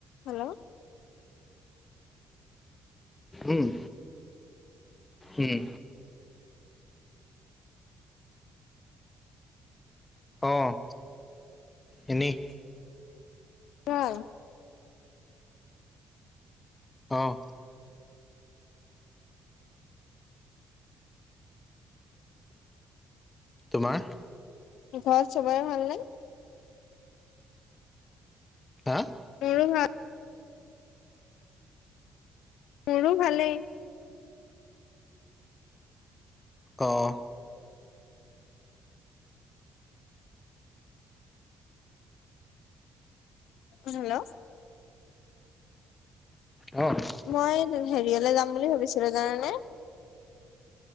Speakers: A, on the left; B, on the left.
A: Hello
B: উম, উম, অ', এনেই
A: অ',
B: অ', তোমাৰ
A: ঘৰত চবৰে ভাল নে?
B: হা
A: এইটো হয়। মোৰো ভালেই,
B: অ',
A: হেল্ল'
B: অ',
A: মই, হেৰিয়লৈ যাম বুলি ভাবিছিলো, জানোনে